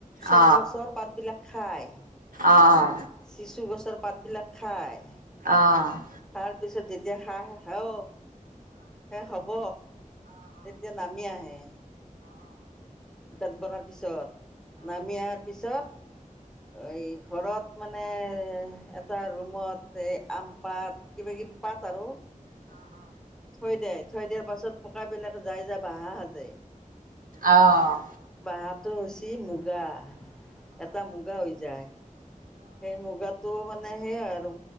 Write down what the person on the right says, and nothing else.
অ
অ অ
অ'
আহ